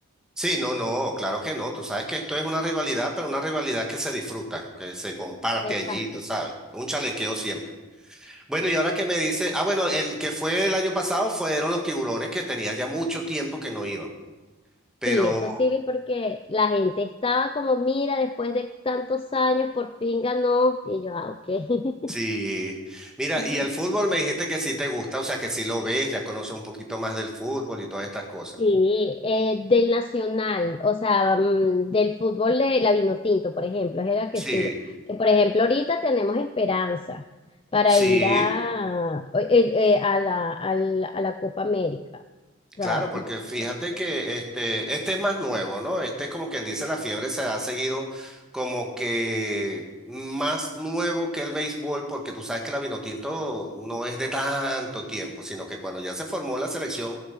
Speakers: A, in the centre; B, on the left.
A: Sí, no, no, claro que no. Tú sabes que esto es una rivalidad, pero una rivalidad que se disfruta, que se comparte
B: Exacto.
A: allí, tú sabes. Un chalequeo siempre. Bueno, y ahora que me dice, ah, bueno, el que fue el año pasado fueron los tiburones que tenía ya mucho tiempo que no iba. Pero
B: Sí, eso sí vi porque la gente estaba como, mira, después de tantos años por fin ganó y yo, ah, ok.
A: sí, mira,
B: <laughs>
A: y el fútbol me dijiste que sí te gusta, o sea que sí lo ves, ya conoces un poquito más del fútbol y todas estas cosas.
B: Sí, eh, del Nacional, o sea, mm, del fútbol de la Vinotinto, por ejemplo, es la que
A: Sí,
B: sigo. Que por ejemplo, ahorita tenemos Esperanza para
A: sí.
B: ir a, eh, eh, a la, al- a la Copa América. O sea,
A: Claro, porque fíjate
B: eh,
A: que este, este es más nuevo, ¿no? Este es como quien dice, la fiebre se ha seguido como que más nuevo que el béisbol, porque tú sabes que la Vinotinto no es de tanto tiempo, sino que cuando ya se formó la selección